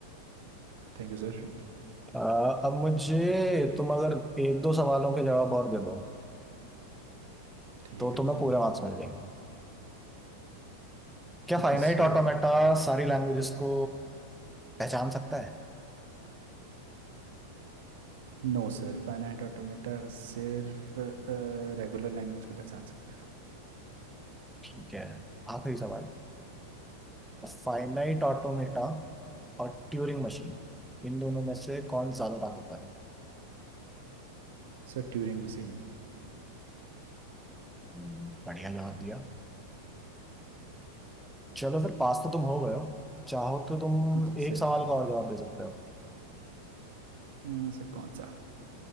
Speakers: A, on the right; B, in the centre.
A: Thank you sir
B: आ, अब मुझे तुम अगर एक दो सवालों के जवाब और दे दो
A: ठीक
B: तो
A: है
B: तुम्हें
A: sir
B: पूरे मार्क्स मिल जाएंगे क्या
A: Okay
B: फाइनाइट
A: sir
B: ऑटोमेटा सारी लैंग्वेजेस को पहचान सकता है
A: No sir finite automata सिर्फ रेगुलर लैंग्वेज को पहचान सकता है
B: ठीक है आखिरी सवाल फाइनाइट ऑटोमेटा और ट्यूरिंग मशीन इन दोनों में से कौन ज्यादा ताकतवर है
A: Sir Turing machine
B: हम्म, बढ़िया जवाब दिया चलो फिर पास तो तुम हो गए हो चाहो तो तुम
A: जी
B: एक
A: सर
B: सवाल का और जवाब दे सकते हो
A: अ, सर कौन सा